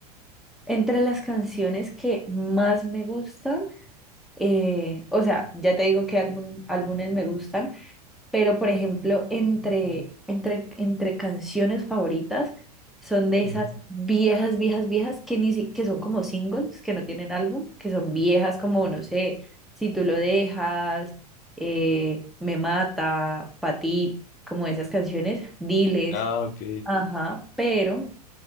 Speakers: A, in the centre; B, on the left.
A: entre las canciones que más me gustan, eh, o sea, ya te digo qué álbum, álbumes me gustan. pero por ejemplo, entre, entre, entre canciones favoritas son de esas
B: Ujú,
A: viejas, viejas, viejas que, ni, si- que son como singles, que no tienen álbum, que son viejas como, no sé, Si tú lo dejas, eh, Me mata, Pa' ti, como esas canciones, Diles,
B: Ah, ok.
A: ajá, pero,